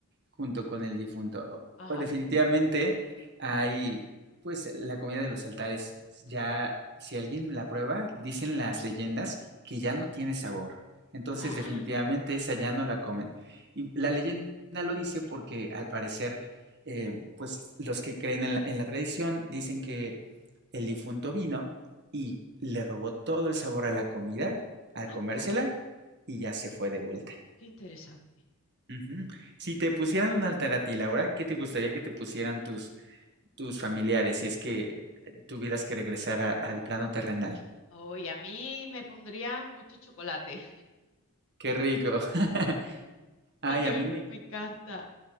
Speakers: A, on the right; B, on the left.
A: junto con el difunto. O-
B: Ajá.
A: definitivamente hay, pues la comida de los altares, ya si alguien la prueba, dicen las leyendas que ya no tiene sabor. Entonces
B: Ah,
A: definitivamente esa ya no la comen. Y la leyenda lo dice porque al parecer, eh, pues los que creen en la, en la tradición dicen que el difunto vino y le robó todo el sabor a la comida al comérsela
B: anda.
A: y ya se fue de vuelta.
B: Qué interesante.
A: Ujú. Si te pusieran un altar a ti, Laura, ¿qué te gustaría que te pusieran tus, tus familiares si es que eh, tuvieras que regresar a- al plano terrenal?
B: Hoy a mí me pondrían mucho chocolate,
A: ¡Qué rico! <laughs>
B: <laughs>
A: Ay,
B: porque
A: a
B: me,
A: mí me...
B: me encanta.